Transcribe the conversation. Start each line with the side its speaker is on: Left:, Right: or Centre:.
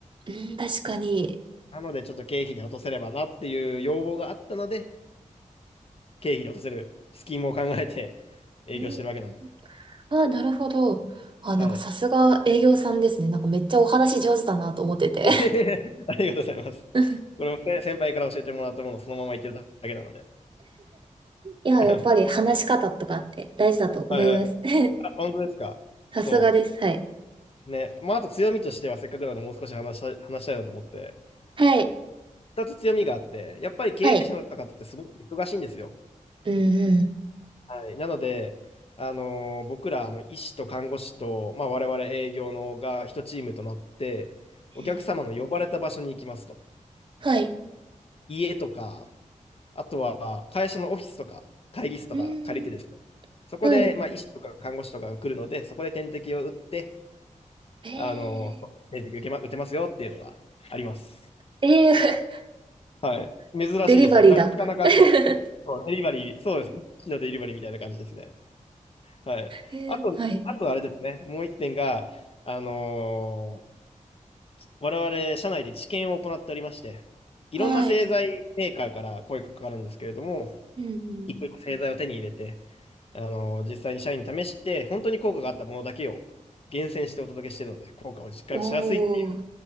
Right: うん、確かに。
Left: なので、ちょっと経費で落とせればなっていう要望があったので、経費に落とせるスキームを考えて営業してるわけなんですよ。
Right: うん、あ、なるほど。あ、なんかさすが営業さんですね。
Left: はい。
Right: なんかめっちゃお話上手だなと思ってて。
Left: <laughs> ありがとうございます。
Right: <laughs>
Left: これもね先輩から教えてもらったものをそのまま言ってるだけなので。
Right: いや、
Left: <laughs>
Right: やっぱり話し方とかって大事だと思います。
Left: はいはい。
Right: <laughs>
Left: あ、本当ですか。
Right: さすがです。
Left: そ
Right: はい。
Left: う。ね。まあ、あと強みとしてはせっかくなのでもう少し話したい、話したいなと思って。
Right: はい。
Left: 二つ強みがあって、やっぱり経営者の方ってすごく忙しいんですよ。
Right: はい。うんうん。
Left: はい。なので、あのー僕ら、あの、医師と看護師と、まあ、我々営業のが一チームとなって、お客様の呼ばれた場所に行きますと。
Right: えーはい。
Left: 家とか、あとは会社のオフィスとか会議室とか借りてですね、
Right: うん。
Left: そこでまあ医師とか看護師とかが来るので、
Right: はい。
Left: そこで点滴を打って、
Right: え
Left: あの、そう点滴受けま、打てますよっていうのがあります。
Right: ー、えー、
Left: はい。
Right: <laughs>
Left: 珍しいですよね。
Right: デリバリーだ。
Left: なかなかそう、
Right: <laughs> え
Left: そうデリバリー、そうです。一師のデリバリーみたいな感じですね。はい。
Right: ー、
Left: あと、
Right: はい。
Left: あとあれですね、もう一点が、あのー我々社内で治験を行っておりまして、いろんな製剤メーカーから声がかかるんですけれども、
Right: はい。うんうん。
Left: 一個一個製剤を手に入れて、あの、実際に社員に試して、本当に効果があったものだけを厳選してお届けしているので、効果を実感しやすいっていう
Right: おー、